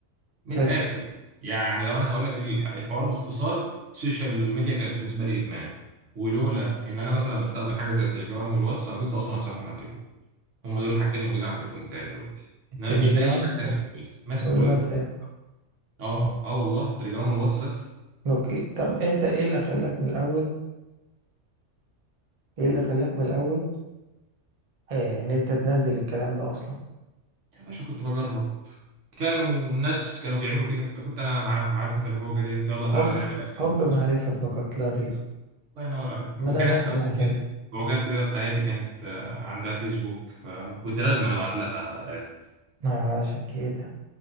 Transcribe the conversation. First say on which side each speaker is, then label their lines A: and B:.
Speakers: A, on the right (about 70°); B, on the right (about 35°).
A: من
B: حلو
A: الاخر يعني لو انا هقول لك الح- الحوار باختصار السوشيال ميديا كانت بالنسبه لي ادمان ولولا ان انا مثلا بستخدم حاجه زي التليجرام والواتس انا كنت اصلا همسحهم من على التليفون هم دول الحاجتين اللي موجودين على التليفون بتاعي دلوقتي
B: التليجرام
A: انا مفيش اي حاجه تانيه موجوده ماسح
B: والواتساب
A: كل حاجه اه اه والله التليجرام والواتس بس
B: اوكي طب انت ايه اللي خلاك من الاول ايه اللي خلاك من الاول آه ان انت تنزل الكلام ده اصلا
A: يا باشا كنت بجرب كانوا الناس كانوا بيعملوا كده فكنت انا معاهم عارف انت اللي هو ديت يلا تعالى
B: حب
A: نعمل اكونت
B: حب
A: فيسبوك
B: معرفة فقط لا غير
A: الله ينور عليك
B: ما
A: وكانت
B: انا نفس
A: اول
B: الحكاية
A: بنت وجدت بيها في حياتي كانت آه، عندها فيسبوك فكنت لازم انا ابعت لها آه،
B: آه عشان كده